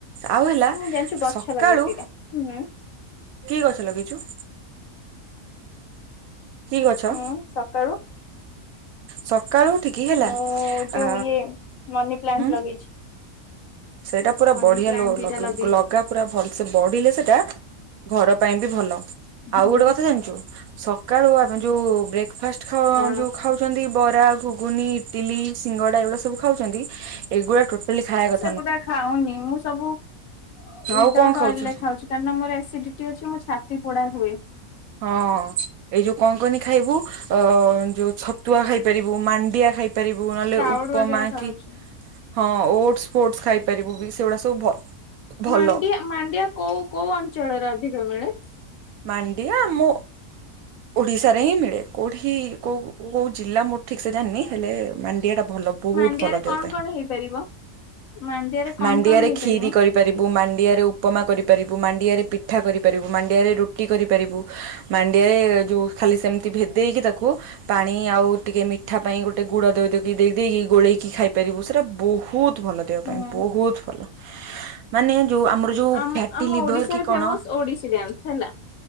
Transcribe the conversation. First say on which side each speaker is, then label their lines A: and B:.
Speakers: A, on the right; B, on the left.
A: ଆଉ ହେଲା
B: ମୁଁ ଜାଣିଛୁ ଗଛ
A: ସକାଳୁ,
B: ଲଗେଇଛି ଦିଟା ହୁଁ
A: କି ଗଛ ଲଗେଇଛୁ? କି ଗଛ?
B: ହୁଁ ସକାଳୁ
A: ସକାଳୁ ଉଠିକି ହେଲା
B: ମୁଁ ଯୋଉ
A: ଆ
B: ଇଏ ମନି ପ୍ଲାଣ୍ଟ
A: ଉଁ
B: ଲଗେଇଛି।
A: ସେଇଟା ପୁରା
B: ମନି
A: ବଢିଆ
B: ପ୍ଲାଣ୍ଟ
A: ଲ
B: ଦିଟା
A: ଲୁ
B: ଲଗେଇଛି।
A: ଲଗା ପୁରା ଭଲସେ ବଢିଲେ ସେଟା ଘର ପାଇଁ ବି ଭଲ।
B: ହୁଁ
A: ଆଉ ଗୋଟେ କଥା ଜାଣିଛୁ ସକାଳୁ ଆମେ ଯୋଉ ବ୍ରେକଫାଷ୍ଟ ଖା ଯଉ
B: କଣ?
A: ଖାଉ ଖାଉଚନ୍ତି ବରା ଘୁଗୁନି ଇଟିଲି ସିଙ୍ଗଡା ଏଗୁଡା ସବୁ ଖାଉଛନ୍ତି ଏଗୁଡା ଟୋଟାଲି ଖାଇବା କ
B: ସେଗୁଡ଼ା ଖାଉନି ମୁଁ ସବୁ, <inaudible> ଉଇଦାଉଟ୍
A: ଆଉ କଣ ଖାଉଛୁ
B: ଅଏଲରେ ଖାଉ ଉଚି କାହିଁକିନାଁ ମୋର ଏସିଡିଟି ଅଛି ମୋ ଛାତି ପୋଡ଼ା ହୁଏ।
A: ହଁ ଏଇ ଯୋଉ କଣ କନି ଖାଇବୁ ଅ ଯୋଉ ଛ ତୁଆ ଖାଇ ପାରିବୁ ମାଣ୍ଡିଆ ଖାଇ ପାରିବୁ ନହେଲେ
B: ସ୍ପ୍ରାଉଟ୍
A: ଉପମା
B: ବଗେରା ଖାଉଛି।
A: କି ହଁ ଓଟସ ଫୋଟସ ଖାଇପାରିବୁବି ସେଗୁଡ଼ା ସବୁ ଭ ଭଲ
B: ମାଣ୍ଡିଆ ମାଣ୍ଡିଆ କୋଉ, କୋଉ ଅଞ୍ଚଳରେ ଅଧିକ ମିଳେ?
A: ମାଣ୍ଡିଆ ମୁଁ ଓଡ଼ିଶାରେ ହିଁ ମିଳେ କୋଉଠି କୋଉ, କୋଉ ଜିଲ୍ଲା ମୁଁ ଠିକିସେ ଜାଣିନି ହେଲେ ମାଣ୍ଡିଆଟା ଭଲ ବହୁତ୍
B: ମାଣ୍ଡିଆରେ
A: ଭଲ ଦେହ
B: କଣ
A: ପାଇଁ
B: କଣ ହେଇପାରିବ? ମାଣ୍ଡିଆରେ କଣ
A: ମାଣ୍ଡିଆରେ
B: କଣ ହେଇପାରିବ?
A: ଖିରି କରି ପାରିବୁ ମାଣ୍ଡିଆରେ ଉପମା କରିପାରିବୁ ମାଣ୍ଡିଆରେ ପିଠା କରିପାରିବୁ ମାଣ୍ଡିଆରେ ରୁଟି କରିପାରିବୁ ମାଣ୍ଡିଆରେ ଯୋଉ ଖାଲି ସେମିତି ଭେଦେଇକି ତାକୁ ପାଣି ଆଉ ଟିକେ ମିଠା ପାଇଁ ଗୋଟେ ଗୁଡ଼ ଧୋଇଦେଇକି ଦେଇକି ଗୋଳେଇକି ଖାଇପାରିବୁ ସେଇଟା ବହୁତ୍ ଭଲ ଦେହ
B: ହୁଁ
A: ପାଇଁ ବହୁତ୍ ଭଲ ମାନେ ଯୋଉ ଆମର ଯୋଉ
B: ଆମ
A: ଫ୍ୟାଟି
B: ଆମ
A: ଲିଭର
B: ଓଡିଶାରେ
A: କି
B: ଫେମସ୍
A: କଣ
B: ଓଡିଶୀ ଡ୍ୟାନ୍ସ ହେଲା